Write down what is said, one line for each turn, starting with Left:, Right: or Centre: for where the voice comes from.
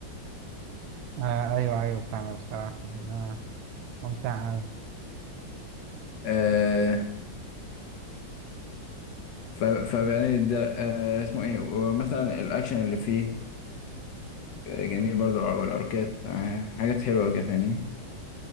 Right: آه ايوه ايوه فعلا الصراحه آه ممتع اوي
Left: آه ف- فيعني ده آه اسمه ايه ومثلا الاكشن اللي فيه آه، جميل برضه والاركات آه حاجات حلوه كده فاهمني